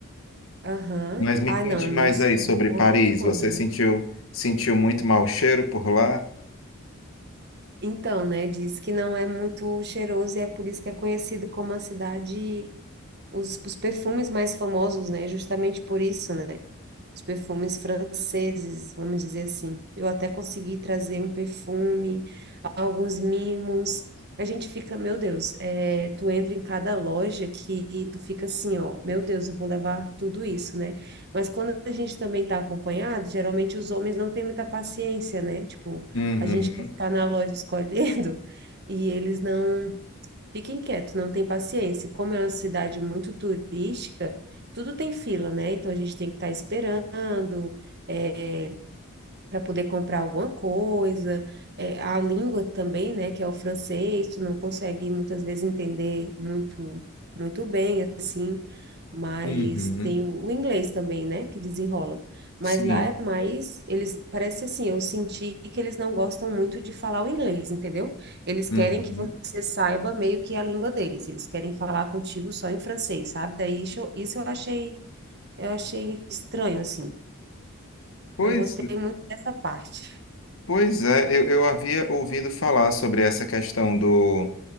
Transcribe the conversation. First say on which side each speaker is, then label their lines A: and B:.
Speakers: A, on the right; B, on the left.
A: Aham.
B: Mas me
A: Ai,
B: conte
A: não,
B: mais
A: meu so-
B: aí sobre
A: outro
B: Paris.
A: sonho,
B: Você
A: né?
B: sentiu, sentiu muito mau cheiro por lá?
A: Então, né, diz que não é muito cheiroso e é por isso que é conhecido como a cidade, os, os perfumes mais famosos, né, justamente por isso, né, os perfumes franceses, vamos dizer assim. Eu até consegui trazer um perfume alguns mimos. A gente fica, meu Deus, é, tu entra em cada loja que tu fica assim, ó, meu Deus, eu vou levar tudo isso, né? Mas quando a gente também tá acompanhado, geralmente os homens não têm muita paciência, né? Tipo,
B: Uhum.
A: a gente quer ficar na loja escolhendo <laughs> e eles não ficam quietos, não têm paciência. E Como é uma cidade muito turística, tudo tem fila, né? Então a gente tem que estar esperando eh, para poder comprar alguma coisa, é, a língua também, né, que é o francês, tu não consegue muitas vezes entender muito, muito bem, assim, mas
B: Uhum.
A: tem o inglês também, né, que desenrola. Mas
B: Sim.
A: lá é mais, eles, parece assim, eu senti que eles não gostam muito de falar o inglês, entendeu? Eles
B: Uhum.
A: querem que você saiba meio que a língua deles, eles querem falar contigo só em francês, sabe? Daí isso, eu- isso eu achei, eu achei estranho, assim,
B: Pois,
A: não gostei muito dessa parte.
B: pois é, eu, eu havia ouvido falar sobre essa questão do,